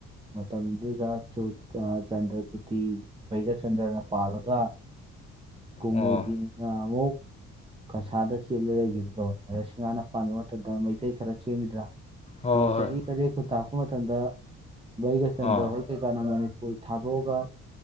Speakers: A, on the right (about 15°); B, on the left (about 20°).
A: ꯃꯇꯝ ꯃꯇꯝꯗꯨꯗ ꯆ ꯆꯟꯗ꯭ꯔꯀꯤꯇ ꯕꯩꯒꯆꯟꯗ꯭ꯔꯅ ꯄꯥꯜꯂꯒ ꯀꯨꯃꯨꯗꯤꯅ
B: ꯎꯝ ꯑꯣ
A: ꯑꯃꯨꯛ ꯀꯁꯥꯗ ꯆꯦꯜꯂ ꯂꯩꯈꯤꯕꯗꯣ ꯅꯔꯁꯤ ꯉꯥꯅ ꯄꯥꯟꯕ ꯃꯇꯝꯗ ꯃꯩꯇꯩ ꯈꯔ ꯆꯦꯟꯈꯤꯗ꯭ꯔꯥ
B: ꯑꯣ
A: ꯆꯍꯤ
B: ꯍꯣꯏ ꯍꯣꯏ ꯍꯣꯏ
A: ꯇꯔꯦꯠ ꯈꯨꯟ ꯇꯥꯛꯄ ꯃꯇꯝꯗ ꯩꯒ ꯆꯟꯗ꯭ꯔꯣ
B: ꯑꯥ
A: ꯀꯩꯀꯥꯅ ꯃꯅꯤꯄꯨꯔ ꯊꯥꯗꯣꯛꯑꯒ